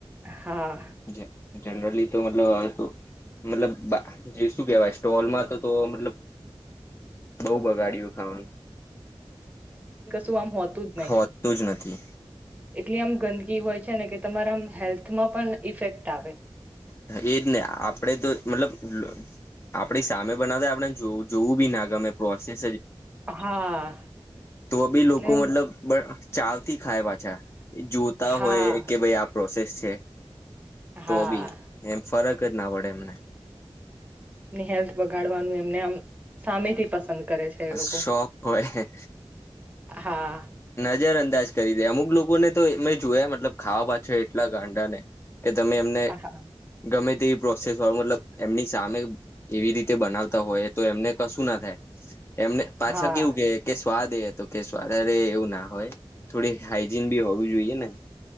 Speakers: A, on the right (about 15°); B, on the left (about 25°).
A: હા
B: જે જનરલી તો મતલબ અ તો મતલબ બા જે શું કેવાય સ્ટોલમાં તો તો મતલબ બોઉ બગાડ્યું ખાવાનું
A: તો આમ હોતું જ નહીં,
B: હોતું જ નથી
A: એટલી આમ ગંદ ઈ હોય છે ને કે તમારા મ હેલ્થમાં પણ ઈફેક્ટ આવે.
B: હા, એજ ને આપડે તો મતલબ, લ આપડી સામે બનાવે આપણે જો જોવું બી ના ગમે પ્રોસેજ
A: અ હા
B: તો બી
A: એટલે
B: લોકો મતલબ બ ચાવથી ખાય પાછાં, ઈ જોતાં
A: હા
B: હોય કે ભઈ આપ પ્રોસેસ છે
A: હા
B: તો બી, એમ ફરક જ ના પડે એમને.
A: ને હેલ્થ બગાળવાનું એમને આમ સામેથી પસંદ કરે છે એ લોકો.
B: શોખ હોય
A: હા.
B: જ્યારે અંદાજ કરી દે અમુક લોકોને તો એ મેં જોયા મતલબ ખાવા પાછળ એટલાં ગાંડા ને કે તમે એમને
A: હા
B: ગમે જ તે પ્રોસેસ વાળ મટલબ, એમની સામે એવી રીતે બનાવતાં હોય તો એમને કશું ના થાય. એમને પાછાં
A: હા
B: કેવું કે કે સ્વાદ એ હતો કે સ્વાદજ અરે એવું ના હોય થોડી હાઈજીન બી હોવીું જોઈએ ને